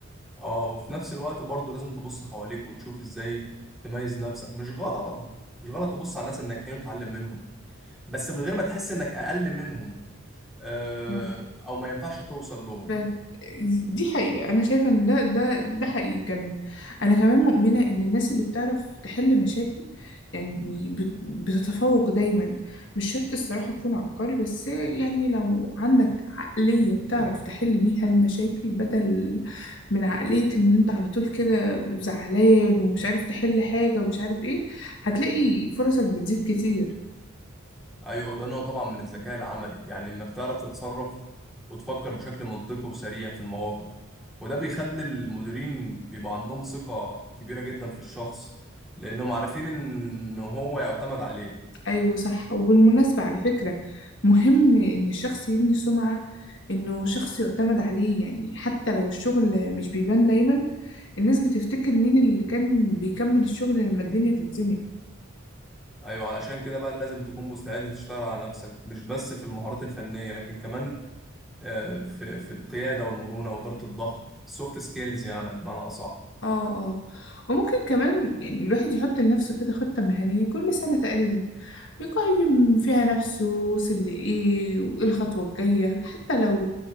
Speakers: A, in the centre; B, on the left (about 60°).
A: اه وفي نفس الوقت برضه لازم تبص حواليك وتشوف ازاي تميز نفسك مش غلط مش غلط تبص على الناس الناجحين وتتعلم منهم بس من غير ما تحس انك اقل منهم آه،
B: يعني
A: او ما ينفعش توصل لهم
B: ف- دي حقيقة أنا شايفة إن ده ده ده حقيقي كمان أنا كمان مؤمنة إن الناس اللي بتعرف تحل مشاكل يعني بت- بتتفوق دايما مش شرط الصراحة تكون عبقري بس يعني لو عندك عقلية بتعرف تحل بيها المشاكل بدل من عقلية إن أنت على طول كده زعلان ومش عارف تحل حاجة ومش عارف إيه هتلاقي فرصك بتزيد كتير
A: ايوه ده نوع طبعا من الذكاء العملي يعني انك تعرف تتصرف وتفكر بشكل منطقي وسريع في المواقف وده بيخلي المديرين بيبقى عندهم ثقة كبيرة جدا في الشخص لانهم عارفين ان هو يعتمد عليه
B: أيوة صح وبالمناسبة على فكرة مهم إن الشخص يبني سمعة إنه شخص يعتمد عليه يعني حتى لو الشغل مش بيبان دايما الناس بتفتكر مين اللي كان بيكمل الشغل لما الدنيا تتزنق
A: ايوه علشان كده بقى لازم تكون مستعد تشتغل على نفسك مش بس في المهارات الفنية لكن كمان آه، في في القيادة والمرونة وإدارة الضغط السوفت سكيلز يعني بمعنى أصح
B: اه اه وممكن كمان يعني الواحد يحط لنفسه كده خطة مهنية كل سنة تقريبا يقيم فيها نفسه وصل لإيه وإيه الخطوة الجاية حتى لو